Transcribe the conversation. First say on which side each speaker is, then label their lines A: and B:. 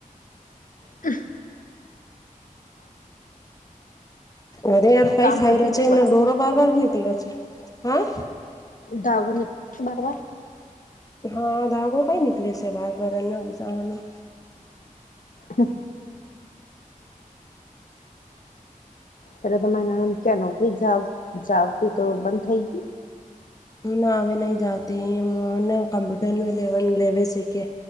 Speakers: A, on the left; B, on the left.
A: હ
B: અરે યાર કઈ
A: કામ
B: સાઈ
A: પતી
B: રહ છે
A: ગયું
B: એના
A: બધું
B: ડોરો. બાર બાર નિકલો છે હા.
A: ધાવો બારવા.
B: હા ધાગો કઈ નનીકલે છે વાર બર એના ગુઝવાનું.
A: હમ પેલા તમારી ના ક્યાં નોકરી જાવતી તો બંધ થઈ ગ
B: ના આવે નહી જતી નાને કમ્પ્યુટરનું લવન લેવે સીખે.